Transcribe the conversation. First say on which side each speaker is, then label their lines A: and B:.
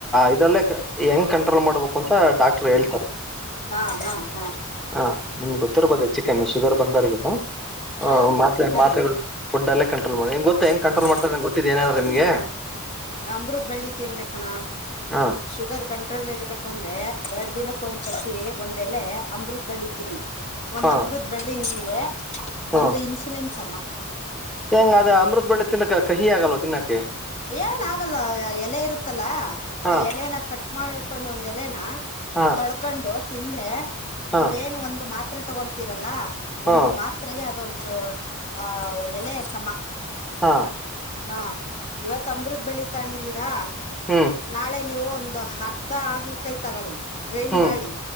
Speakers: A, in the centre; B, on the left.
A: ಇದಲ್ಲೇ ಹೆಂಗ್ ಕಂಟ್ರೋಲ್ ಮಾಡ್ಬೇಕು ಅಂತ ಡಾಕ್ಟರ್ ಹೇಳ್ತಾರೆ
B: ಹಾ ಹಾ ಹಾ
A: ಹಾ ನಿಮ್ಗೆ ಗೊತ್ತಿರ್ಬೋದು ಹೆಚ್ಚು ಕಮ್ಮಿ ಶುಗರ್ ಬಂದರ್ಗ ಹ
B: ಹಾ
A: ಮಾತ್
B: ಫುಡ್
A: ಮಾತ
B: ಅಲ್ಲಿ
A: ಫುಡ್ಡಲ್ಲೇ ಕಂಟ್ರೋಲ್ ಮಾಡಿ ಗೊತ್ತ ಹ ಹೆಂಗ
B: ಫುಡ್
A: ಕಂಟ್ರೋಲ್ ಮಾಡ್ತಾರೆ ಗೊತ್ತಿದ್ದ ಏನಾದ್ರೆಮಗೆ
B: ಹ್ಮ್ ಅಮೃತ್ ಬಳ್ಳಿ ತಿನ್ಬೇಕಣ್ಣ
A: ಹ
B: ಶುಗರ್ ಕಂಟ್ರೋಲ್ ಇರ್ಬೇಕು ಅಂದ್ರೆ ಎರಡ್ ದಿನಕ್ಕ ಒಂದ್ಸತಿ ಒಂದೆಲೆ ಅಮೃತ್ ಬಳ್ಳಿತೀನಿ ಒಂದ್
A: ಹಾ
B: ಅಮೃತ್ ಬಳ್ಳಿ ನಿಂಗೆ
A: ಹಾ
B: ಒಂದು ಇನ್ಸುಲೆನ್ಸ್ ಅಮ್ಮ
A: ಹೆಂಗ ಅ ಅಮೃತ್ ಬಳ್ಳಿ ತಿನ್ನಕ ಕಹಿ ಆಗಲ್ವಾ ತಿನ್ನಕ್ಕೆ
B: ಏನ್ ಆಗಲ್ಲ ಎಲೆ ಇರುತ್ತಲ್ಲ
A: ಹಾ
B: ಆ ಎಲೆನ ಕಟ್ ಮಾಡ್ಕೊಂಡ್ ಒಂದ್ ಎಲೆನ
A: ಹಾ
B: ತೊಳ್ಕೊಂಡು ತಿಂದ್ರೆ
A: ಹಾ
B: ನೀವೇನು ಒಂದು ಮಾತ್ರೆ ತಗೊಂತೀರಲ್ಲ
A: ಹಾ
B: ಒಂದು ಮಾತ್ರೆಗೆ ಅದೊಂದು ಆಹ ಎಲೆ ಸಮ
A: ಹಾ
B: ಹಾ ಇವತ್ ಅಮೃದ ಬಳ್ಳಿ ತಗದೀರಾ
A: ಹ್ಮ್
B: ನಾಳೆ ನೀವು ಒಂದು ಅರ್ಧ ಆಗಲಕಾಯಿ ತಗೊಳ್ಳಿ ಗ್ರೈಂಡ್
A: ಹ್ಮ್
B: ಮಾಡಿ